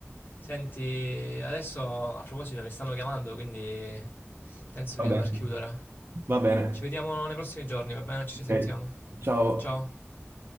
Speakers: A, on the left; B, on the right.
A: Senti, adesso a proposito mi stanno chiamando, quindi penso
B: va
A: di dover
B: bene,
A: chiudere.
B: va bene.
A: Ci vediamo nei prossimi giorni, va bene? Ci
B: Ok,
A: risentiamo.
B: Ciao.
A: Ciao.